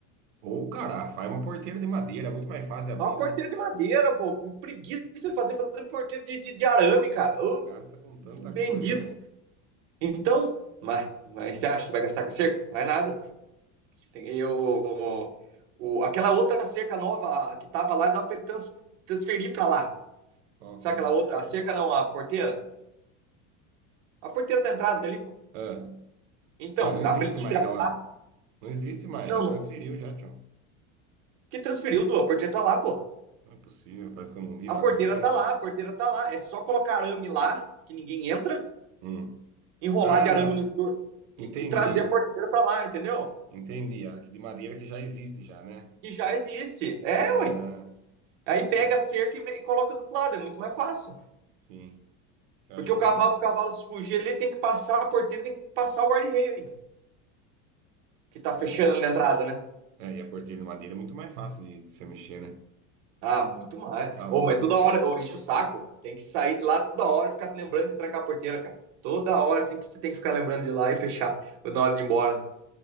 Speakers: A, on the right; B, on the right.
A: Ou, cara, faz uma porteira de madeira, muito mais fácil de abrir,
B: É uma porteira
A: né?
B: de madeira, pô. Que Preguiça de fazer, fazer porteira de, de, de arame, cara. Ô,
A: Gasta com tanta
B: bendito.
A: coisa, velho.
B: Então, mas, mas você acha que vai gastar com cerca? Não é nada. Tem- Eu, o, aquela outra cerca nova que tava lá, dá pra ele trans- transferir pra lá.
A: qual
B: Sabe
A: que é?
B: aquela outra? A cerca não, a porteira? A porteira da entrada ali, pô.
A: Ah,
B: Então,
A: mas não
B: dá
A: existe
B: pra ele tirar.
A: mais aquela. Não existe mais,
B: não
A: já transferiu, já, tchau.
B: que transferiu, do A porteira tá lá, pô.
A: Não é possível, parece que eu não vi
B: A
A: na
B: porteira
A: hora que eu entrei.
B: tá lá, a porteira tá lá. É só colocar arame lá, que ninguém entra,
A: Hum.
B: enrolar
A: Ah,
B: de arame
A: não.
B: no
A: Entendi.
B: e, e trazer a porteira pra lá, entendeu?
A: Entendi. A que de madeira que já existe já, né?
B: Que já existe. É,
A: Ah,
B: ué. Aí
A: dá
B: pega
A: certo.
B: a cerca e, e coloca do outro lado, é muito mais fácil.
A: Sim. Eu
B: Porque
A: acho que
B: o cavalo,
A: não.
B: pro cavalo se fugir, ele tem que passar a porteira, tem que passar o guarda-reio ainda, que tá
A: é.
B: fechando ali na entrada, né?
A: É, e a porteira de madeira é muito mais fácil de, de você mexer, né?
B: Ah, muito mais.
A: Tá louco.
B: Ô, oh, mas toda hora, ô, enche o saco. Tem que sair de lá toda hora e ficar lembrando de trancar a porteira, cara. Toda hora tem que, você tem que ficar lembrando de lá e fechar na hora de ir embora, né?